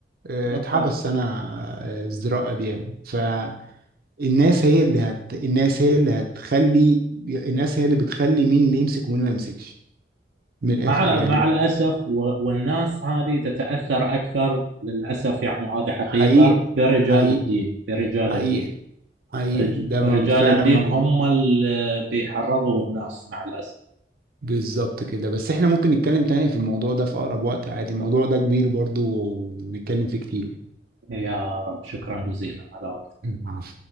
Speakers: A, on the right (about 55°); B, on the right (about 90°).
A: آه،
B: بالضبط
A: اتحبس سنه آه، ازدراء اديان ف الناس هي اللي هت... الناس هي اللي هتخلي الناس هي اللي بتخلي مين اللي يمسك ومين ما يمسكش من الآخر
B: مع
A: يعني
B: مع الاسف و- والناس هذه تتاثر اكثر للاسف يعني هذه حقيقه
A: حقيقة
B: برجال
A: حقيقة
B: الدين برجال
A: حقيقة
B: الدين
A: حقيقة
B: رج-
A: ده م-
B: رجال
A: فعلا
B: الدين
A: موجود
B: هم اللي بيحرضوا الناس مع الاسف
A: بالظبط كده بس احنا ممكن نتكلم تاني في الموضوع ده في أقرب وقت عادي الموضوع ده كبير برضو ونتكلم فيه كتير
B: يا رب شكرا جزيلا على وقتك
A: العفو.